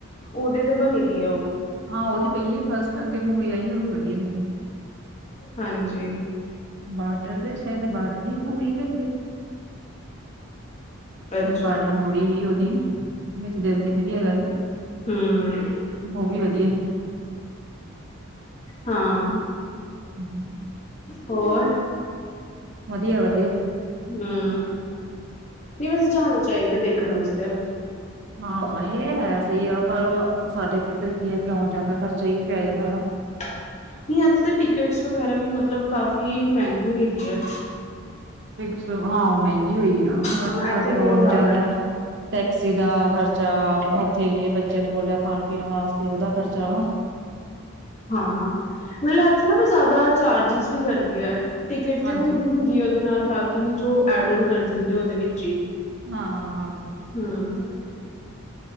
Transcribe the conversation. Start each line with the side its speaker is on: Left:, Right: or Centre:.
Left: ਉਹਦੇ ਤੇ ਬਣੀ ਦੀ ਆ ਉਹ
Right: ਹਾਂ ਉਹ ਤਾਂ ਪਹਿਲੀ ਹੀ ਫਸਟ ਆ, ਅੱਗੇ ਮੂਵੀ ਆਈ ਸੀ ਉਹ ਵੀ ਵਧੀਆ ਹੈਨੀ
Left: ਹਾਂਜੀ
Right: ਬਾਰਡਰ ਤੇ ਸ਼ਾਇਦ ਬਾਰਡਰ ਹੀ ਹੋਈ ਹੈ
Left: ਅੱਛਾ
Right: ਫਿਰ ਬਾਰਡਰ ਮੂਵੀ ਸੀ ਉਹਦੀ, ਵਿਚ ਦਿਲਜੀਤ ਵੀ ਹੈਗਾ ਸੀ
Left: ਹਮ
Right: ਉਹ ਵੀ ਵਧੀਆ ਹੀ
Left: ਹਾਂ,
Right: ਸੀ
Left: ਹੋਰ
Right: ਵਧੀਆ, ਵਧੀਆ
Left: ਹਮ, ਨਹੀਂ ਵੈਸੇ ਜਾਣਾ ਚਾਹੀਦਾ ਦੇਖਣ ਵਾਸਤੇ
Right: ਹਾਂ ਇਹ ਹੈ ਸਹੀ ਆ ਪਰ ਸਾਡੇ ਤੇ ਇੱਧਰ ਕੀ ਆ ਆਉਣ- ਜਾਣ ਦਾ ਖਰਚਾ ਹੀ ਪੈ ਜਾਂਦਾ ਹਨਾ
Left: ਨਹੀਂ ਇੱਥੇ ਤਾਂ ਟਿਕਟਸ ਵਗੈਰਾ ਵੀ ਮਤਲਬ ਕਾਫੀ ਮਹਿੰਗੀ ਹੋਈ ਦੀ ਆ
Right: ਟਿਕਟਸ ਹਾਂ ਮਹਿੰਗੀ ਹੋਈ ਆ, ਬਟ
Left: ਹਾਂ
Right: ਸਾਡੇ
Left: ਇੱਥੇ ਬਹੁਤ
Right: ਆਉਣ
Left: ਜ਼ਿਆਦਾ
Right: ਜਾਣ
Left: ਹੈ।
Right: ਦਾ ਟੈਕਸੀ ਦਾ ਖਰਚਾ, ਉੱਥੇ ਜੇ ਬੱਚਿਆਂ ਨੇ ਬੋਲਿਆ ਖਾਣ-ਪੀਣ ਵਾਸਤੇ ਉਹਦਾ ਖਰਚਾ।
Left: ਹਾਂ, ਮਤਲਬ ਐਥੇ ਨਾ ਵੀ ਜ਼ਿਆਦਾ ਚਾਰਜਿਸ ਵੀ ਕਰਦੇ ਆ। ਟਿਕਟ ਤੇ
Right: ਹਾਂਜੀ
Left: ਹੁੰਦੀ ਹੁੰਦੀ ਹੈ ਉਹਦੇ ਨਾਲ ਬਾਕੀ ਵੀ ਜੋ, ਐਡ ਓਨ ਕਰ ਦਿੰਦੇ, ਉਹਦੇ ਵਿੱਚ ਹੀ।
Right: ਹਾਂ
Left: ਹਂ